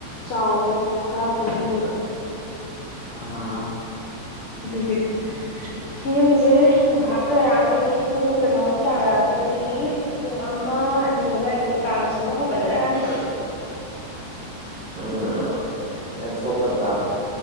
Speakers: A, on the left; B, on the right.
A: ꯆꯥꯎꯕ ꯈꯔ ꯀꯨꯝꯍꯉꯕ
B: ꯑꯥ
A: ꯑꯗꯨꯒꯤ ꯍꯣꯔꯦꯟꯁꯦ ꯉꯥꯏꯍꯥꯛ ꯂꯩꯔꯛꯑꯒꯗꯤ ꯄꯨꯡ ꯀꯩꯅꯣꯃꯨꯛ ꯇꯥꯔꯛꯑꯒꯗꯤ ꯄꯨꯡ ꯑꯃ ꯑꯅꯤ ꯑꯗꯨꯋꯥꯏꯗꯩ ꯀꯥꯡ ꯆꯤꯡꯕ ꯍꯧꯒꯠꯅꯔꯥꯟꯅꯤ
B: ꯎꯝ ꯅꯪ ꯊꯣꯛꯀꯗ꯭ꯔꯥ